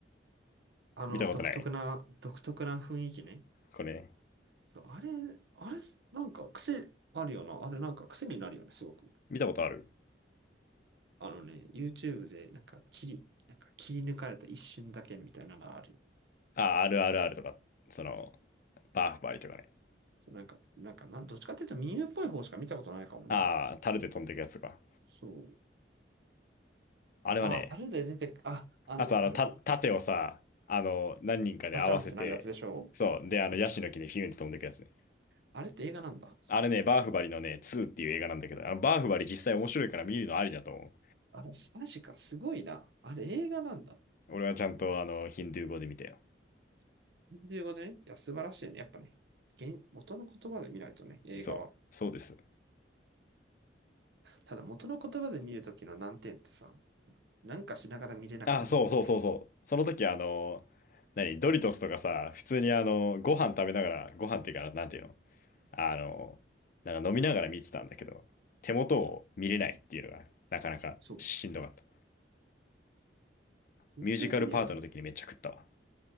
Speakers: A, on the right; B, on the left.
A: あの、
B: 見たことない
A: 独特な、独特な雰囲気ね。
B: これ、ね、
A: そう、あれ、あれ、なんか癖あるよな。あれ、なんか癖になるよね、すごく。
B: 見たことある
A: あのね、YouTube で、なんか、切り、なんか切り抜かれた一瞬だけみたいなのあるよ。
B: あ、あるあるあるとか、その、バーフバリとかね。
A: なんか、なんかな、どっちかっていうとミームっぽい方しか見たことないかもな。
B: ああ、タルで飛んでいくやつとか。
A: そう。
B: あれはね、
A: あ、樽で出てく、あ、あの、
B: あと、
A: 樽
B: あの、た、盾をさ、あの、何人かで合わせて、
A: ガチャンってなるやつでしょ
B: そう。で、あの、ヤシの木にフィュンって飛んでくやつね。
A: あれって映画なんだ。
B: あれね、バーフバリのね、2っていう映画なんだけど、あの、バーフバリ実際面白いから見るのありだと思う。
A: あれ、素晴らしいか、すごいな。あれ、映画なんだ。
B: 俺はちゃんと、あの、ヒンドゥー語で見たよ。
A: ということね。いや、素晴らしいね。やっぱね、原元の言葉で見ないとね、映画は。
B: そう。そうです。
A: ただ元の言葉で見るときの難点ってさ、なんかしながら見れなくなるんだよね。
B: あ、そうそうそうそう。その時、あの、何、ドリトスとかさ、普通にあの、ご飯食べながら、ご飯っていうかな、なんていうのあの、なんか飲みながら見てたんだけど、手元を見れないっていうのが、なかなかしんどかった。
A: そう。面白すぎるだろ。
B: ミュージカルパートの時にめっちゃ食ったわ。